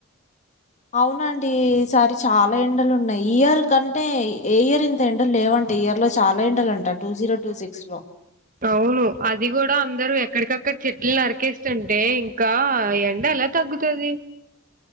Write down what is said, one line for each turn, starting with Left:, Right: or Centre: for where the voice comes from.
Left: అవునండి ఈ సారి చాలా ఎండలు ఉన్నాయి ఇయర్ కంటే ఏ ఇయర్ ఇంత ఎండలు లేవంట ఇయర్ లో చాలా ఎండాలంట టూ జీరో టూ సిక్స్ లో
Right: అవును అది కూడా అందరు ఎక్కడికక్కడ చెట్లు నరికేస్తుంటే ఇంకా ఏండ ఎలా తగ్గుతది